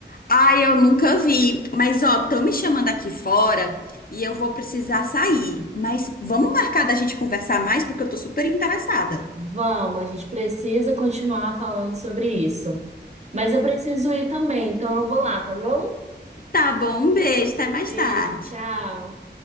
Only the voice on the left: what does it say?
Ai, eu nunca vi. Mas, ó, estão me chamando aqui fora e eu vou precisar sair. Mas vamos marcar da gente conversar mais porque eu tô super interessada.
Tá bom, um beijo, até mais
tarde.